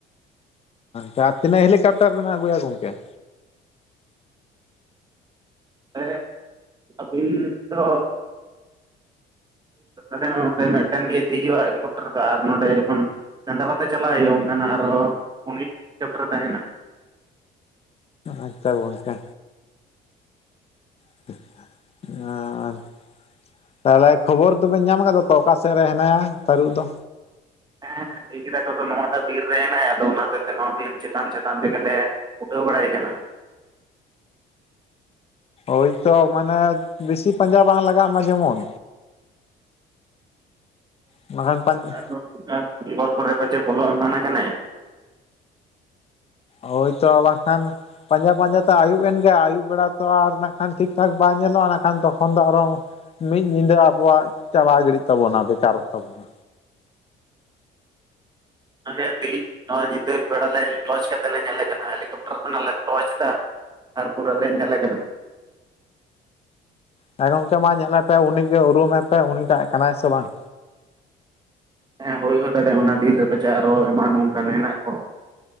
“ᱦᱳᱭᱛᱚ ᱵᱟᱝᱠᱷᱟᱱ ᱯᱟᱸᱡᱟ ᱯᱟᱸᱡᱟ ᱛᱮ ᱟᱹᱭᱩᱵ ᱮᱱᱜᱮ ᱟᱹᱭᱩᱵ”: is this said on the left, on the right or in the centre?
Left